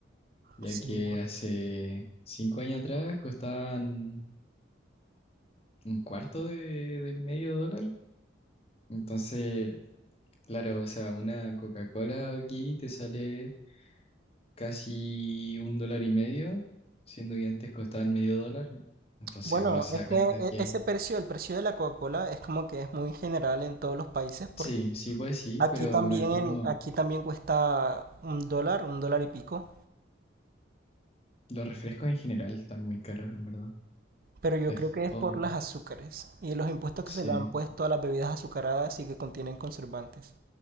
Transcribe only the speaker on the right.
Sí.
Bueno,
es
que
e-
ese precio, el precio de la Coca-Cola es como que es muy general en todos los países porque
aquí
también,
aquí también cuesta un dólar, un dólar y pico,
pero yo
creo que es
por las azúcares y los impuestos
que se le han puesto a las bebidas azucaradas y que contienen conservantes.